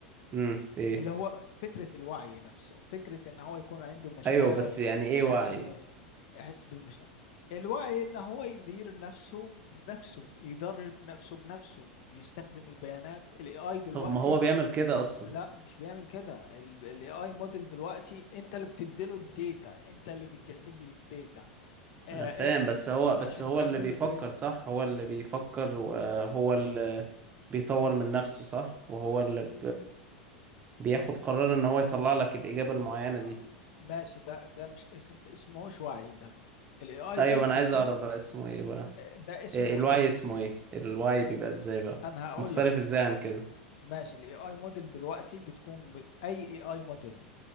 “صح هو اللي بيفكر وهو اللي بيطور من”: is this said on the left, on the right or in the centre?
Right